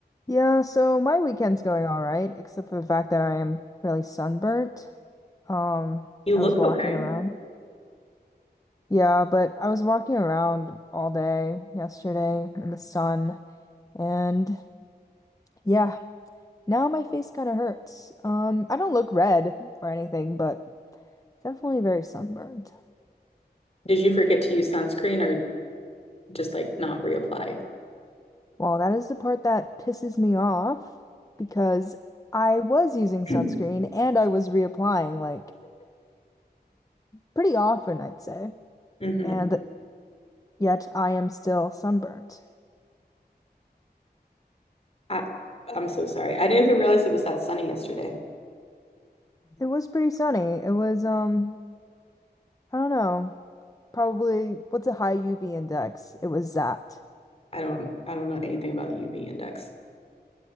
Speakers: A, on the left; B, on the left.
A: Yeah, so my weekend's going all right, except for the fact that I am really sunburnt. Um,
B: You
A: I
B: look
A: was walking
B: okay.
A: around. Yeah, but I was walking around all day yesterday in the sun, and yeah, now my face kind of hurts. Um, I don't look red or anything, but definitely very sunburned.
B: Did you forget to use sunscreen or just like not reapply? <clears throat>
A: Well, that is the part that pisses me off because I was using sunscreen
B: <laughs>
A: and I was reapplying like pretty often, I'd say.
B: hmm
A: And yet I am still sunburnt.
B: I, I'm so sorry. I didn't even realize it was that sunny yesterday.
A: It was pretty sunny. It was, um, I don't know, probably what's a high UV index? It was that.
B: I don't I don't know anything about UV index.